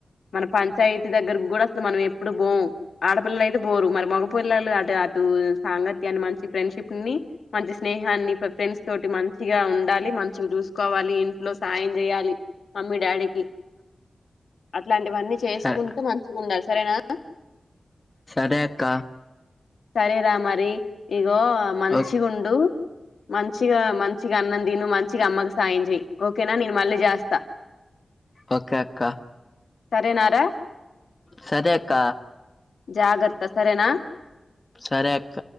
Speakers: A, on the left (about 85°); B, on the left (about 30°).
A: మన పంచాయతీ దగ్గరకు కూడా అసలు మనం ఎప్పుడు బొము, ఆడపిల్లలైయితే బొరు మరి మగ పిల్లలు అటె అటు సాంగత్యాన్ని మంచి ఫ్రెండ్షిప్ని మంచి స్నేహాన్ని ఫె ఫ్రెండ్స్ తోటి మంచిగా ఉండాలి, మంచివి చూసుకోవాలి, ఇంట్లో సాయం చేయాలి. మమ్మీ, డాడీ కి, అట్లాంటివన్నీ చేసుకుంటూ
B: సరే
A: మంచిగుండాలి. సరేనా
B: సరే అక్క
A: సరే రా మరి, ఇ రొ మంచిగ
B: ఓ
A: ఉండు మంచిగా మంచిగా అన్నం తిను మంచి ంచిగా అమ్మకు సాయం చెయ్, ఓకేనా నేను మళ్ళీ చేస్తా
B: ఓకే అక్కా
A: సరేనా రా
B: సరే అక్క
A: జాగర్త సరేనా.
B: సరే అక్క